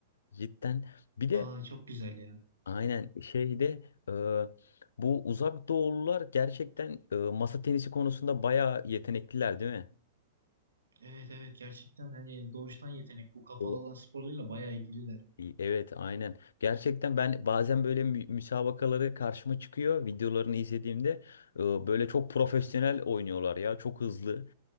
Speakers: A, on the left; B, on the right.
A: Cidden. Bir de
B: Aa çok güzel ya.
A: Aynen şeyde e, bu uzak doğulular gerçekten e, masa tenisi konusunda bayağı yetenekliler değil mi?
B: Evet evet gerçekten hani doğuştan yetenek bu kapalı
A: Evet.
B: alan sporlarıyla bayağı ilgililer.
A: Evet, aynen. Gerçekten ben bazen böyle mü- müsabakaları karşıma çıkıyor videolarını izlediğimde e, böyle çok profesyonel oynuyorlar ya çok hızlı.